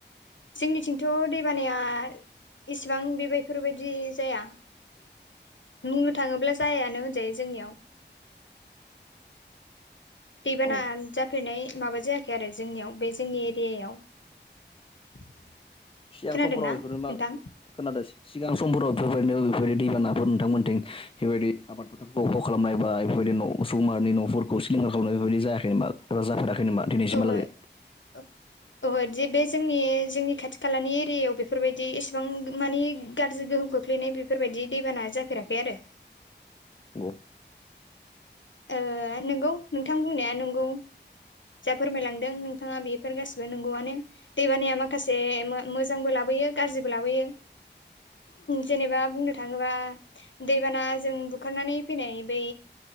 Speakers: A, on the left; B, on the left.
A: जोंनिथिंथ' दैबानाया इसिबां बे बायफोरबायदि जाया बुंनो थाङोब्ला जायानो होनजायो जोंनियाव। दैबाना
B: औ
A: जाफेरनाय माबा जायाखै आरो। जोंनियाव बे जोंनि एरियायाव।
B: सिगां
A: खोनादोंना
B: समफोराव बेफोरो मा
A: नोंथां
B: खोनादों सिगां समफोराव बेफोरबायदिनो बेफोरबायदि दैबानाफोर नोंथांमोनथिं बेफोरबायदि आबादफोर अख' खालामनाय बा बेफोरबायदि न' सुबुंमाहारिनि न'फोरखौ सिलिंखार खालामनाय बेबायदि जायाखै नामा एबा जाफेराखै नामा? दिनैसिमहालागै
A: औहो ओ ओहोदि बे जोंनि जोंनि खाथि खालानि एरियायाव बेफोरबायदि एसेबां मानि गाज्रि गोहोम खोलैनाय बेफोरबायदि दैबाना जाफेराखै आरो।
B: नंगौ
A: ओ नोंगौ नोंथां बुंनाया नंगौ। जा फोरमायलांदों नोंथाङा बेफोर गासिबो नंगौआनो‌। दैबानाया माखासे मो मोजांबो लाबोयो गाज्रिबो लाबोयो। जेनेबा बुंनो थाङोबा दैबानाजों बुखारनानै फैनाय बै